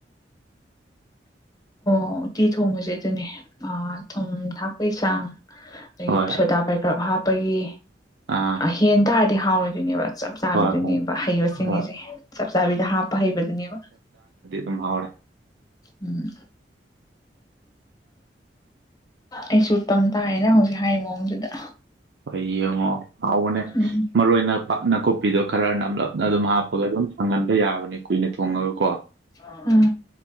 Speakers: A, on the left; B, on the right.
A: ꯑꯣ ꯎꯇꯤ ꯊꯣꯡꯕꯁꯦ ꯑꯗꯨꯅꯦ ꯊꯨꯝ ꯊꯥꯛꯄꯩ ꯆꯥꯡ ꯑꯗꯒꯤ
B: ꯍꯣꯏ
A: ꯁꯣꯗꯥ ꯄꯥꯏꯀ꯭ꯔꯞ ꯍꯥꯞꯄꯒꯤ
B: ꯑꯥ
A: ꯍꯦꯟ ꯇꯥꯔꯗꯤ ꯍꯥꯎꯔꯣꯏꯗꯣꯏꯅꯦꯕ ꯆꯞ ꯆꯥꯕꯤꯗꯨꯅꯦꯕ
B: ꯍꯣꯏ ꯍꯣꯏ
A: ꯍꯩꯕ ꯁꯤꯡꯉꯁꯦ
B: ꯍꯣꯏ
A: ꯆꯞ ꯆꯥꯕꯤꯗ ꯍꯥꯞꯄ ꯍꯩꯕꯗꯨꯅꯦꯕ
B: ꯝ ꯍꯔ
A: ꯎꯝ ꯑꯩꯁꯨ ꯇꯝ ꯇꯥꯏꯑꯌꯦꯅ ꯍꯧꯖꯤꯛ ꯍꯥꯏꯔꯤ ꯃꯑꯣꯡꯗꯨꯗ
B: ꯍꯣꯏ ꯌꯦꯡꯉꯣ ꯍꯥꯎꯕꯅꯦ
A: ꯎꯝ
B: ꯃꯔꯨ ꯑꯣꯏꯅ ꯄꯥꯛꯅ ꯀꯨꯞ ꯄꯤꯗꯣ ꯈꯔ ꯅꯞꯂꯞꯅ ꯑꯗꯨꯝ ꯍꯥꯞꯄꯒ ꯑꯗꯨꯝ ꯁꯪꯍꯟꯕ ꯌꯥꯕꯅꯦ ꯀꯨꯏꯅ ꯊꯣꯡꯉꯒꯀꯣ
A: ꯑꯥ